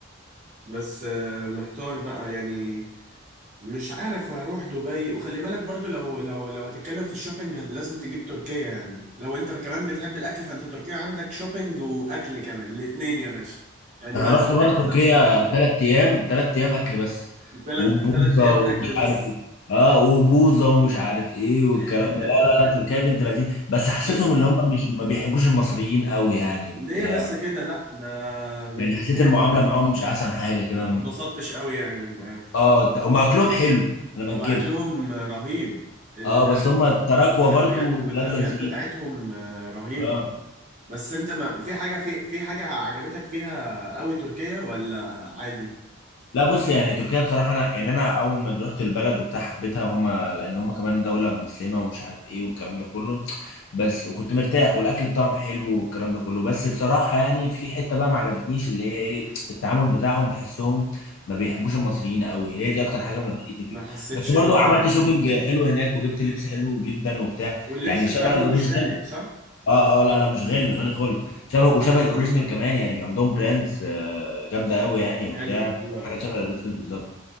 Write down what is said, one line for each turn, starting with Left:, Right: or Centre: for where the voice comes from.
Right: بس آه، محتار بقى يعني مش عارف اروح دبي وخلي بالك برضو لو لو لو هتتكلم في الشوبينج هت- لازم تجيب تركيا يعني لو انت كمان بتحب الاكل فانت تركيا عندك شوبينج واكل كمان الاتنين يا باشا يعني
Left: انا
Right: بلد
Left: رحت
Right: الاكل
Left: بره تركيا
Right: نفسها يعني
Left: ثلاث ايام ثلاث ايام اكل بس
Right: تلات
Left: وبوظه
Right: تلات ايام
Left: ومش
Right: اكل بس
Left: عارف ايه اه وبوظه ومش عارف ايه والكلام
Right: <laughs>
Left: ده لا لا لا تركيا بنت لذين بس حسيتهم
Right: بس
Left: اللي هم مش ما بيحبوش المصريين قوي يعني
Right: ليه
Left: وبتاع
Right: بس كده لا ده بيحبونا
Left: يعني حسيت المعامله معاهم مش احسن حاجه كده
Right: ما اتبسطتش قوي يعني معاه.
Left: اه هم اكلهم حلو انا ما
Right: هو
Left: انكرش
Right: اكلهم رهيب ال-
Left: اه بس هم التراكوة
Right: والحلويات
Left: برضو
Right: والحلويات
Left: ولاد لذين
Right: بتاعتهم آه، رهيبة
Left: اه
Right: بس انت ما في حاجة في في حاجة عجبتك فيها قوي تركيا ولا عادي؟
Left: لا بص يعني تركيا بصراحة أنا يعني أنا أول ما رحت البلد وبتاع حبيتها هم لأن هم كمان دولة مسلمة ومش عارف إيه والكلام ده كله بس وكنت مرتاح والأكل بتاعهم حلو والكلام ده كله بس بصراحة يعني في حتة بقى ما عجبتنيش اللي هي إيه التعامل بتاعهم تحسهم ما بيحبوش المصريين قوي هي دي أكتر
Right: اه
Left: حاجة ما ضايقتني فيهم
Right: ما حسيتش
Left: بس برضو
Right: ان
Left: عملت
Right: إن
Left: شوبينج
Right: بتاع
Left: حلو هناك وجبت لبس حلو جدا وبتاع
Right: واللبس
Left: يعني
Right: بتاعهم
Left: شبه الأوريجينال
Right: مش غالي صح؟
Left: اه اه لا لا مش غالي مش غالي خالص شبه وشبه الاوريجينال كمان يعني عندهم براندز آه، جامده قوي يعني وبتاع
Right: حلو
Left: بتبقى
Right: حلو قوي
Left: حاجه شبه الاوريجينال بالظبط